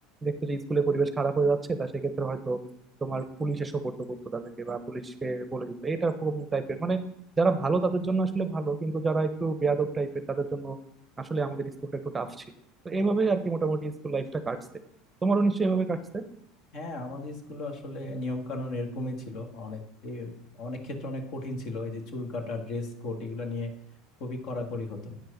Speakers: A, on the right (about 15°); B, on the left (about 55°).
A: দেখতো যে স্কুলের পরিবেশ খারাপ হয়ে যাচ্ছে তা সেক্ষেত্রে হয়তো তোমার পুলিশে সোপর্দ করতো তাদেরকে বা পুলিশকে বলে দিত এটা কোন টাইপের মানে যারা ভালো তাদের জন্য আসলে ভালো কিন্তু যারা একটু বেয়াদব টাইপের তাদের জন্য আসলে আমাদের স্কুলটা একটু টাফ ছিল তো এইভাবেই আর কি মোটামুটি স্কুল লাইফটা কাটছে তোমারও নিশ্চয়ই এভাবে কাটছে
B: হ্যাঁ আমাদের স্কুলে আসলে নিয়ম কানুন এরকমই ছিল অনেক এ, অনেক ক্ষেত্রে অনেক কঠিন ছিল এই যে চুল কাটা ড্রেস কোড এগুলো নিয়ে খুবই কড়াকড়ি হতো